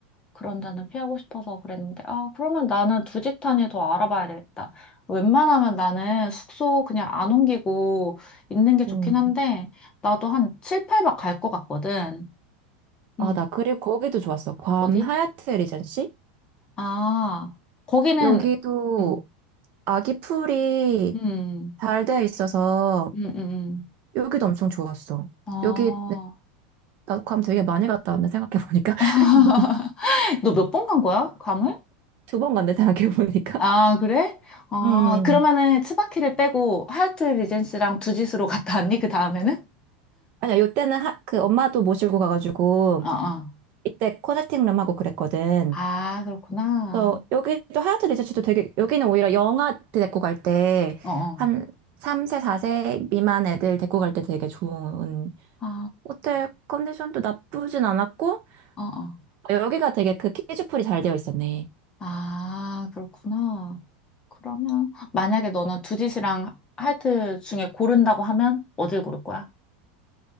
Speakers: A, on the left; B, on the right.
A: 그런 데는 피하고 싶어서 그랬는데, 아, 그러면 나는 두지탄이더 알아봐야 되겠다. 웬만하면 나는 숙소 그냥 안 옮기고 있는 게 좋긴
B: 음.
A: 한데, 나도 한 7, 8박 갈 것 같거든.
B: 아,
A: 음
B: 나 그리고 거기도 좋았어. 괌
A: 어디?
B: 하얏트 리젠시?
A: 아, 거기는,
B: 여기도
A: 음,
B: 아기 풀이
A: 음,
B: 잘 돼 있어서
A: 음, 음. 음.
B: 여기도 엄청 좋았어.
A: 어.
B: 여기 나 괌 되게 많이 갔다 왔는데 생각해보니까.
A: <laughs>
B: <laughs>
A: 너 몇 번 간 거야? 괌을?
B: 두 번 갔네 생각해보니까.
A: 아, 그래? 어,
B: 음.
A: 그러면은 츠바키를 빼고 하얏트 리젠시랑 두짓으로 갔다 왔니? 그 다음에는?
B: 아니야, 요때는 하, 그 엄마도 모시고 가가지고
A: 어, 어.
B: 이때 커넥팅 룸하고 그랬거든.
A: 아, 그렇구나.
B: 그래서 여기도 하얏트 리젠시도 되게 여기는 오히려 영아 때 데리고 갈 때
A: 어, 어.
B: 한 3세, 4세 미만 애들 데리고 갈 때 되게 좋은
A: 아,
B: 호텔 컨디션도 나쁘진 않았고,
A: 어, 어.
B: 여기가 되게 그 키즈풀이 잘 되어 있었네.
A: 아, 그렇구나. 그러면 만약에 너는 두짓이랑 하얏트 중에 고른다고 하면 어딜 고를 거야?